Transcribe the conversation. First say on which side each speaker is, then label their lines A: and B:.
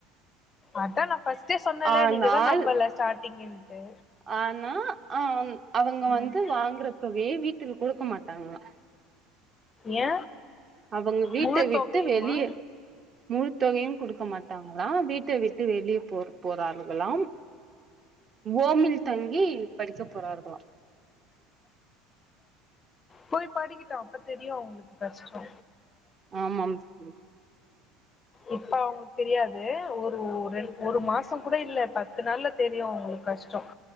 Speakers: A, on the left (about 20°); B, on the right (about 25°).
A: அதா நா பஸ்டே சொன்னல
B: ஆனால்
A: நீங்க தா நம்பல ஸ்டாடிங்கின்ட்டு
B: ஆனா அ அவங்க
A: ம்
B: வந்து வாங்குற தொகைய வீட்டுல் குடுக்க மாட்டாங்ளா
A: ஏ
B: அவங்க வீட்ட
A: முழு
B: விட்டு
A: தொகையுமா
B: வெளியே முழு தொகையும் குடுக்க மாட் டாங்களா வீட்டை விட்டு வெளியே போற போறார்களாம் ஓமில் தங்கி படிக்க போறார்களா
A: போய் படிகட்டு அப்ப தெரியு அவுங்ளுக்கு கஷ்டொ
B: ஆமாம் <unintelligible>
A: இப்ப அவுங்களுக்கு தெரியாது ஒரு ரெண் ஒரு மாச கூட இல்ல பத்து நாள்ல தெரியு அவுங்களுக் கஷ்டொ